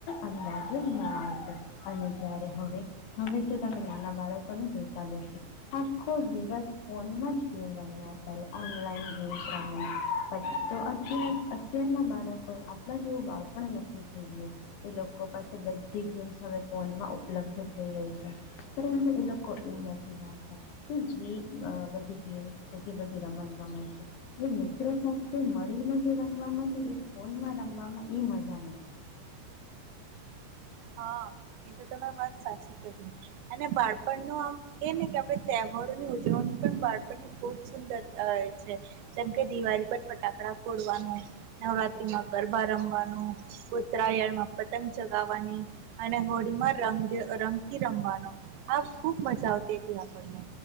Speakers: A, on the left; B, on the right.
A: અંદાજ જ નાતો અને જ્યારે હવે હવે તો તમે નાના બાળકોને જો આખો દિવસ ફોનમાં જ ગેમ રમ્યા કરે ઓનલાઈન ગેમ <inaudible> પછી તો પછી અત્યારના બાળકોએ આપણા જેવું બાળપણ નથી જીવ્યું એ લોકો પાસે બધી ગેમ્સ હવે ફોનમાં ઉપલબ્ધ થઈ ગઈ છે પરંતુ એ લોકો એ નથી જાણતા કે જે બધી ગેમ્ જે બધી રમત ગમત છે જે મિત્રો સાથે મળીને જે રમવામા એ ફોનમાં રમવામાં એ મજા નથી
B: હા, એ તો તમે વાત સાચી કહી અને બાળપણનું આમ કે ને કે આપણે તહેવારોની ઉજવણી પણ બાળપણની ખુબ સુંદર હોય છે, જેમ કે દિવાળી પર ફટાકડા ફોડવાનું, નવરાત્રીમાં ગરબા રમવાનું, ઉત્તરાયણમાં પતંગ ચગાવવાની અને હોળી માં રંગ રંગથી રમવાનો આ ખુબ મજા આવતી હતી આપણને